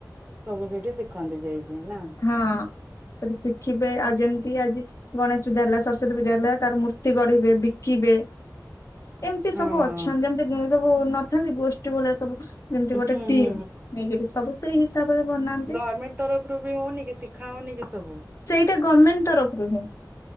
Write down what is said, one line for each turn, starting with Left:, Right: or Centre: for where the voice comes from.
Right: ସବୁ ସେଇଠି ଶିଖନ୍ତି ଯାଇକି ନା?
Left: ହଁ ସେଠି ଶିଖିବେ ଆଉ ଯେମିତି ଆଜି ଗଣେଶ ପୂଜା ହେଲା, ସରସ୍ଵତୀ ପୂଜା ହେଲା ତାର ମୂର୍ତ୍ତି ଗଢ଼ିବେ ବିକିବେ। ଏମିତି ସବୁ
Right: ହଁ
Left: ଅଛନ୍ତି ଯେମିତି ସବୁ ନଥାନ୍ତି ଗୋଷ୍ଠୀ ଭଳିଆ ସବୁ ଯେମିତି
Right: ହୁଁ
Left: ଗୋଟେ ଟିମ୍
Right: ହୁଁ
Left: ନେଇକିରି ସବୁ ସେଇ ହିସାବରେ ବନା
Right: ଗଭର୍ଣ୍ଣମେଣ୍ଟ ତରଫରୁ ବି ହଉନି କି ଶିଖା ହଉନି କି ସବୁ।
Left: ସେଇଟା ଗଭର୍ଣ୍ଣମେଣ୍ଟ ତରଫରୁ ହିଁ।